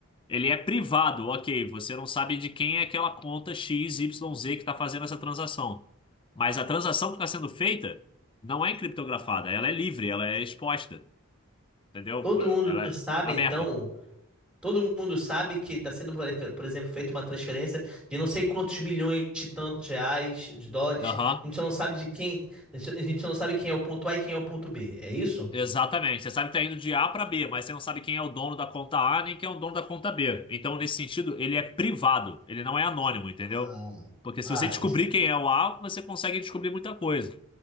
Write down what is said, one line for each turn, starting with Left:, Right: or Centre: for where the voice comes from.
Left: Ele é privado, ok, você não sabe de quem é aquela conta X, Y, Z que está fazendo essa transação. Mas a transação que está sendo feita não é encriptografada, ela é livre, ela é exposta, entendeu?
Centre: todo mundo
Left: Ela é
Centre: sabe,
Left: aberta.
Centre: então, Todo mundo sabe que está sendo, por efe- por exemplo, feita uma transferência de não sei quantos milhões de tantos reais, de dólares.
Left: Aham.
Centre: A gente só não sabe de quem, a gente a gente só não sabe quem é o ponto A e quem é o ponto B. É isso?
Left: Exatamente. Você sabe que está indo de A para B, mas você não sabe quem é o dono da conta A nem quem é o dono da conta B. Então, nesse sentido, ele é privado, ele não é anônimo, entendeu?
Centre: Ah,
Left: Porque se
Centre: ah,
Left: você descobrir quem é o A, você consegue descobrir muita coisa,